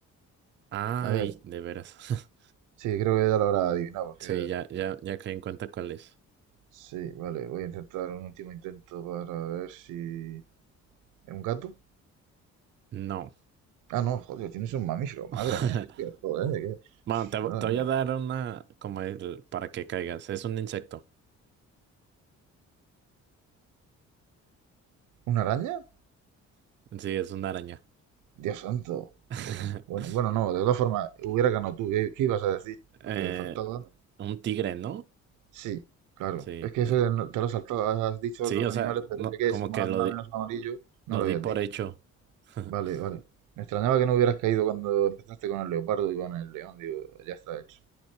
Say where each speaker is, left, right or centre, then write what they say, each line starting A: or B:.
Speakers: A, on the right; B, on the right.
A: Ay,
B: A ver,
A: de veras. <laughs>
B: sí, creo que ya lo habrá adivinado, porque...
A: Sí, ya, ya, ya caí en cuenta cuál es.
B: Sí, vale, voy a intentar un último intento para ver si... ¿Es un gato?
A: No.
B: Ah, no, joder, tienes un mamífero, madre
A: <laughs>
B: mía, es que, joder, que-
A: Bueno, te, vo-
B: nada,
A: te voy
B: nada.
A: a dar una como el- para que caigas. Es un insecto.
B: ¿Una araña?
A: Sí, es una araña.
B: Dios santo,
A: <laughs>
B: joder. Bueno, bueno, no, de todas formas, hubiera ganado tú, ¿qué, qué ibas a decir?
A: Eh,
B: Porque faltaba...
A: Un tigre, ¿no?
B: Sí, claro.
A: Sí,
B: Es que
A: de-
B: eso no- te lo has saltado, has dicho
A: sí,
B: otros
A: o
B: animales,
A: sea,
B: pero
A: no,
B: ese que
A: como
B: es más,
A: que lo
B: más
A: di,
B: o menos amarillo, no
A: lo
B: lo
A: di
B: habías
A: por
B: dicho.
A: hecho. <laughs>
B: Vale, vale. Me extrañaba que no hubieras caído cuando empezaste con el leopardo y con el león, digo, ya está hecho.